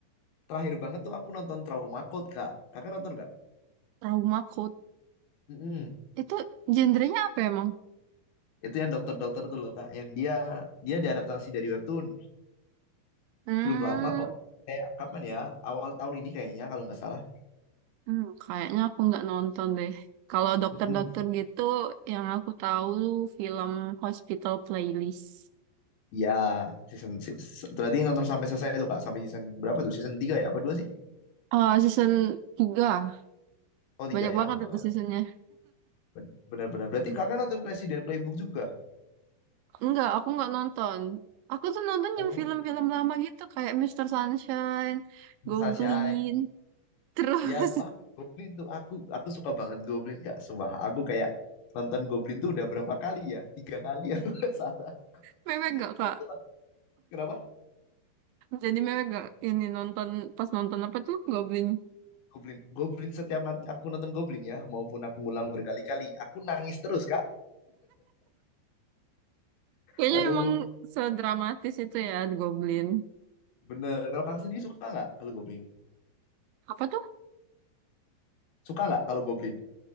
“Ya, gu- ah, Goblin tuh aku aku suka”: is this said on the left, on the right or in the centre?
Left